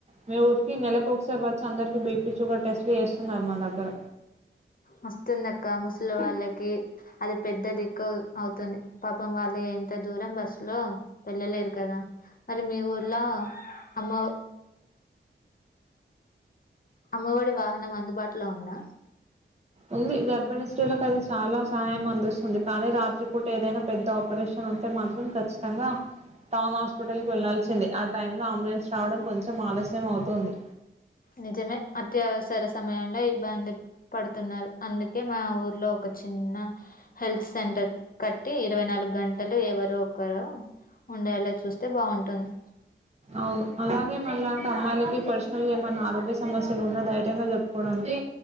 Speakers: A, on the right; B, on the left.
A: మీ ఊరికి నెలలకు ఒకసారి వచ్చి అందరికిీ బీపీ షుగర్ టెస్ట్లు చేస్తున్నారు మా దగ్గర
B: వస్తుందక్క ముసలి వాళ్ళకి అది పెద్ద దిక్కు అవుతుంది పాపం వాళ్ళు ఎంత దూరం బస్సు లో వెళ్ళలేరు కదా మరి మీ ఊర్లో అమ్మ అమ్మవడి వాహనం అందుబాటులో ఉందా!
A: ఉంది గర్భిణీ స్త్రీలకు అది చాలా సాయం అందిస్తుంది కానీ రాత్రిపూట ఏదైనా పెద్ద ఆపరేషన్ ఉంటే మాత్రం ఖచ్చితంగా టౌన్ హాస్పిటల్ కి వెళ్లాల్సిందే ఆ టైంలో అంబులెన్స్ రావడం కొంచెం ఆలస్యం అవుతుంది.
B: నిజమే అత్యవసర సమయంలో ఇబ్బంది పడుతున్నారు అందుకే మా ఊర్లో ఒక చిన్న హెల్త్ సెంటర్ కట్టి ఇరవై నాలుగు గంటలు ఎవరో ఒకరు ఉండేలా చూస్తే బాగుంటుంది.
A: అవును అలాగే మనలాంటి అమ్మాయిలకి పర్సనల్గా ఏమైన్నా ఆరోగ్య సమస్యలు ఉన్నా ధైర్యంగా చెప్పుకోవడానికి